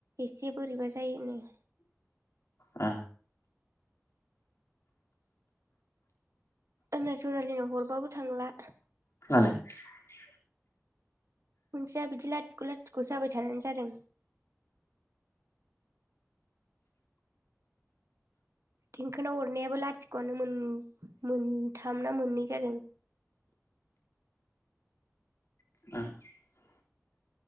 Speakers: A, on the right (about 70°); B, on the left (about 60°).
A: एसे बोरैबा जायोनो
B: आ
A: आंना जनालिनाव हरबाबो थांला
B: <inaudible>
A: मोनसेया बिदि लाथिख' लाथिख'जाबाय थानानै जादों देंखोनाव अरनायाबो लाथिख'आनो मोनथाम ना मोननै जादों
B: <inaudible>